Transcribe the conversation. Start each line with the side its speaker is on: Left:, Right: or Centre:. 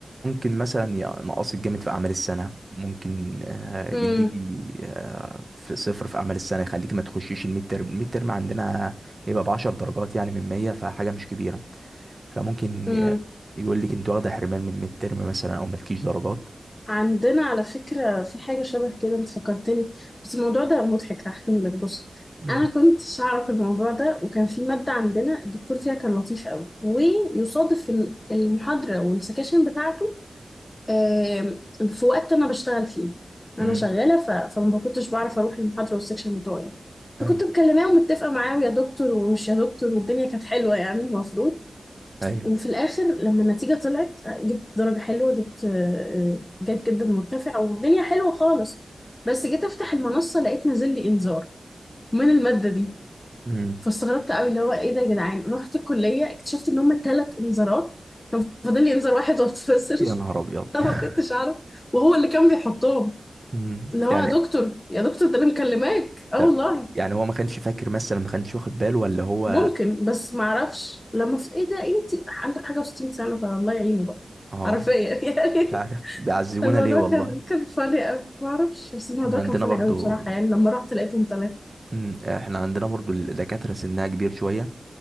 Right: مثلا ينقصك جامد في أعمال السنة ممكن آه،
Left: مم.
Right: يديكي آه، في صفر في أعمال السنة يخليكي ما تخشيش الميد ترم الميد ترم عندنا يبقى بعشر درجات يعني من مية فحاجة مش كبيرة فممكن
Left: مم.
Right: ي- يقول لك انت واخدة حرمان من الميد ترم مثلا أو مالكيش درجات
Left: عندنا على فكرة في حاجة شبه كده أنت فكرتني بس الموضوع ده مضحك هحكيهولك بص
Right: امم
Left: أنا كنتش أعرف الموضوع ده وكان في مادة عندنا الدكتور فيها كان لطيف أوي ويصادف إن المحاضرة والسكاشن بتاعته آم، في وقت انا بشتغل فيه انا
Right: امم
Left: شغاله ف... فما كنتش بعرف اروح المحاضره والسكشن بتوعي فكنت
Right: ايوه
Left: مكلماه ومتفقه معاه يا دكتور ومش يا دكتور والدنيا كانت حلوه يعني المفروض
Right: ايوه
Left: وفي الاخر لما النتيجه طلعت آه، جبت درجه حلوه جبت آه، جيد جدا مرتفع والدنيا حلوه خالص بس جيت افتح المنصه لقيت نازل لي انذار من الماده دي
Right: امم
Left: فاستغربت قوي اللي هو ايه ده يا جدعان رحت الكليه اكتشفت ان هم ثلاث انذارات كان فاضل لي انذار واحد واتفصل
Right: يا نهار
Left: <laughs>
Right: أبيض
Left: انا
Right: <laughs>
Left: ما كنتش اعرف وهو اللي كان بيحطهم
Right: مم.
Left: اللي هو
Right: يعني
Left: يا دكتور يا دكتور ده انا مكلماك اه
Right: طب
Left: والله
Right: يعني هو ما كانش فاكر مثلا ما كانش واخد باله ولا هو
Left: ممكن بس ما اعرفش لما في ايه ده انتي ده عنده حاجه و60 سنه فالله يعينه بقى
Right: اه
Left: حرفيا <laughs> يعني
Right: مش عارف بيعذبونا
Left: الموضوع
Right: ليه والله
Left: كان كان فاني قوي ما اعرفش بس الموضوع
Right: احنا عندنا
Left: كان فاني
Right: برضو
Left: قوي بصراحه يعني لما رحت لقيتهم ثلاثه
Right: مم، احنا عندنا برضو الدكاترة سنها كبير شوية